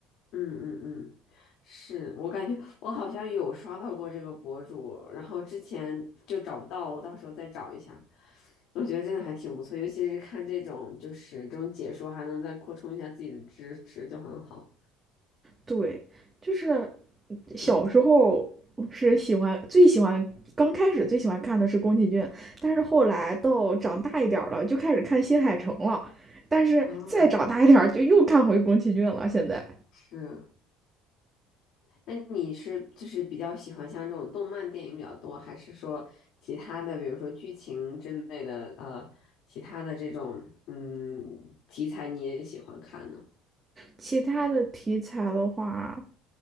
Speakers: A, on the left; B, on the right.
A: 嗯嗯嗯，是我感觉我好像有刷到过这个博主，然后之前就找不到，我到时候再找一下。我觉得真的还挺不错，尤其是看这种就是这种解说，还能再扩充一下自己的知识，就很好。
B: 对，就是小时候是喜欢最喜欢，
A: 嗯
B: 刚开始最喜欢看的是宫崎骏，但是后来到长大一点了，就开始看新海诚了，但是再长大一点就又看回宫崎骏了。
A: 啊，
B: 现在
A: 是。那你是就是比较喜欢像这种动漫电影比较多，还是说其他的，比如说剧情之类的，呃，其他的这种嗯题材你也喜欢看呢？
B: 其他的题材的话，